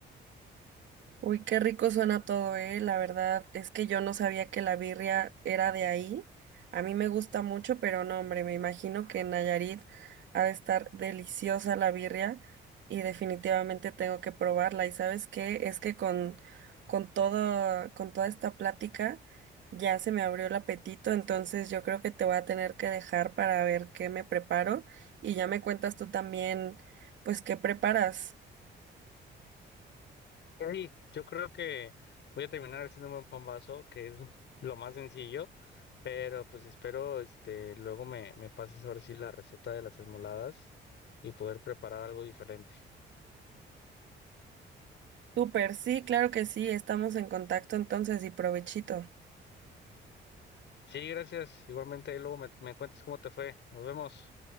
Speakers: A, on the right; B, on the left.
A: Uy, qué rico suena todo, eh. La verdad es que yo no sabía que la birria era de ahí. A mí me gusta mucho, pero no, hombre, me imagino que en Nayarit ha de estar deliciosa la birria y definitivamente tengo que probarla. ¿Y sabes qué? Es que con con todo con toda esta plática ya se me abrió el apetito, entonces yo creo que te voy a tener que dejar para ver qué me preparo y ya me cuentas tú también, pues qué preparas.
B: Sí, yo creo que voy a terminar haciéndome un pan vaso, que es lo más sencillo, pero pues espero este luego me, me pases ahora sí la receta de las esmoladas y poder preparar algo diferente.
A: Súper, sí, claro que sí, estamos en contacto entonces y provechito.
B: Sí, gracias. Igualmente ahí luego me, me cuentas cómo te fue. Nos vemos.